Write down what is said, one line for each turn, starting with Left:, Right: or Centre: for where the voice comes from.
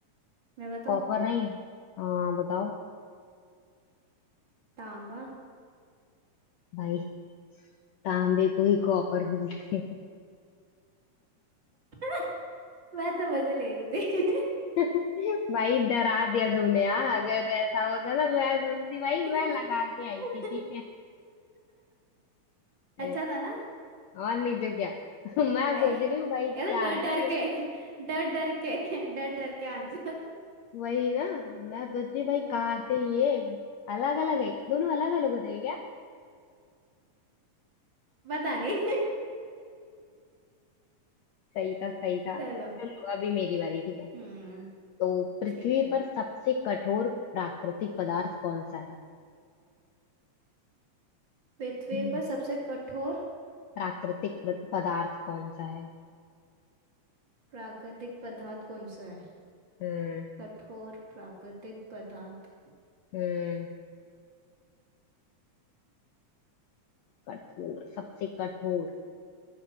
Right: मैं बताऊं
Left: कॉपर नहीं हाँ बताओ
Right: तांबा
Left: भाई तांबे को ही कॉपर बोलते हैं
Right: <laughs> मैं तो मजे ले रही थी <laughs>
Left: <laughs> भाई डरा दिया तुमने यार अगर ऐसा होता ना मैं सोचती भाई मैं
Right: <laughs>
Left: लगा के आई थी ठीक है
Right: अच्छा
Left: <laughs>
Right: था ना
Left: और नहीं तो क्या <laughs> मैं
Right: भाई
Left: सोच रही हूँ भाई
Right: ये तो
Left: क्या
Right: डर
Left: है
Right: डर
Left: ये
Right: के डर डर के डर डर के आंसर
Left: वही ना मैं सोच रही हूँ
Right: <laughs>
Left: भाई कहाँ से ये अलग अलग है दोनों अलग अलग होते हैं क्या
Right: पता नहीं
Left: सही था सही था
Right: चलो
Left: चलो अभी मेरी बारी ठीक है
Right: हम्म
Left: तो पृथ्वी
Right: ठीक है
Left: पर सबसे कठोर प्राकृतिक पदार्थ कौन सा है
Right: पृथ्वी
Left: हम्म।
Right: पर सबसे कठोर
Left: प्राकृतिक प्र- पदार्थ कौन सा है
Right: प्राकृतिक पदार्थ कौन सा है
Left: हम्म
Right: कठोर प्राकृतिक पदार्थ
Left: हम्म कठोर सबसे कठोर